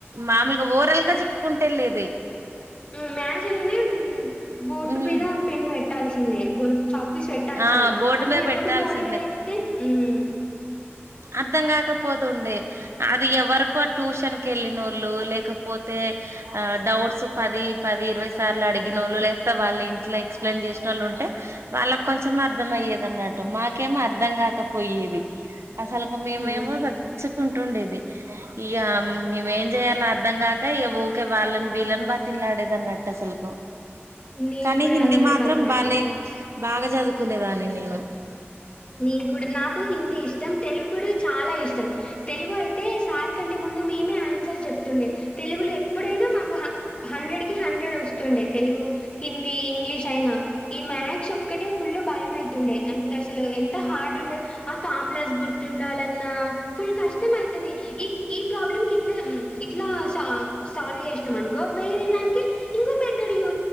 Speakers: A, on the right; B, on the left.
A: మామూలుగా ఓరల్గా చెప్పుకుంటు వెళ్ళేది
B: హుమ్ మ్యాస్ మ్ ఏదేనే బోడ్
A: హ్మ్
B: మీద పెన్ను వెట్ పెట్టాల్సిందే బోర్డ్ చాప్లిస్ పెట్టాల్సింది
A: ఆ బోర్డు
B: అట్లా
A: మీద
B: చెప్పకుండా
A: పెట్టాల్సిందే
B: ఓరల్గా చెప్తే మ్ <inaudible>
A: అర్ధం కాకపోతుండే అది ఎవరికో ఆ ట్యూషన్ క వెళ్ళినోళ్ళు లేకపోతే ఆ డౌట్స్ పది పది ఇరవై సార్లు అడిగినోళ్ళు లేక్త వాళ్ళే ఇంట్లో ఎక్స్ప్లెయిన్ చేసి నోళ్ళు ఉంటే వాళ్ళకు కొంచెం అర్థం అయ్యేద అన్నట్టు మాకేం అర్థం కాకపోయేవి అసలుకు మేమేమో
B: మ్మ్
A: సచ్చుకుంటుండేది ఇక మేమేం చేయ్యాలో అర్ధం కాక ఇక ఊకే వాళ్ళని వీళ్ళని బతిమిలాడేదన్నట్టు అసలుకు
B: నేన్
A: కానీ
B: కూడా
A: హిందీ
B: అలానే
A: మాత్రం
B: బట్లాడేది
A: బాలే బాగా చదువుకునేదాన్ని నేను
B: నీన్ కూడా నాకు హిందీ ఇష్టం తెలుగు కుడు చాలా ఇష్టం తెలుగు అయితే సార్ కంటే ముందు మేమే ఆన్సర్ చెప్తుండే తెలుగులో ఎప్పుడైనా మాకు హా హండ్రెడ్ కి హండ్రెడ్ వస్తుండే తెలుగు హిందీ ఇంగ్లీష్ అయినా ఈ మ్యాథ్స్ ఒక్కటే ఫుల్ భయం అయితుండే అంత తలు ఎంత హార్డ్ ఉండది ఆ ఫామ్లాస్ గుర్తుండాలన్నా ఫుల్ కష్టం అయితది ఈ ఈ ప్రాబ్లంకి ఇట్లా మ్ ఇట్లా స-సాల్వ్ చేసాం అనుకో వేరే దానికి ఇంకో మెథడ్ యూ